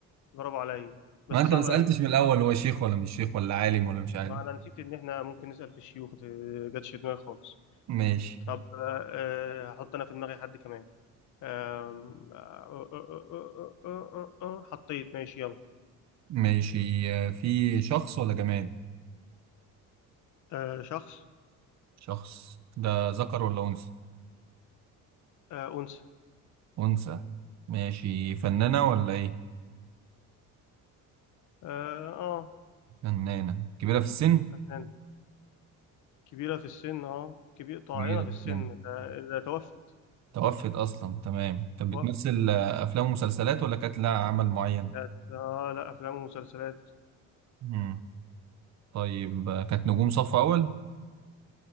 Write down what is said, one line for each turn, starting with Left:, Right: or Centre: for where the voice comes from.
Left: برافو عليا بس
Right: ما انت
Left: صعب
Right: ما سألتش
Left: قوي
Right: من الاول هو شيخ ولا مش شيخ ولا عالم ولا مش عالم
Left: ما انا نسيت ان احنا ممكن نسأل في الشيوخ دي جاتش في دماغي خالص
Right: ماشي
Left: طب آه، آه، هحط انا في دماغي حد كمان آم، آه، آه، آه، آه، آه، آه، آه، آه، آه، حطيت ماشي يلا
Right: ماشي آه، في شخص ولا جماد
Left: آه، شخص
Right: شخص ده ذكر ولا انثى
Left: آه، أنثى
Right: انثى ماشي فنانة ولا ايه
Left: اه آه،
Right: فنانة كبيرة في السن
Left: فنان كبيرة في السن اه كبير طاعنة
Right: كبيرة
Left: في
Right: في
Left: السن
Right: السن
Left: ده, ده توفت
Right: توفت اصلا تمام طب بتمثل
Left: توفت
Right: آه، افلام ومسلسلات ولا كانت لها عمل معين
Left: كانت آه لا أفلام ومسلسلات
Right: مم. طيب آه، كانت نجوم صف اول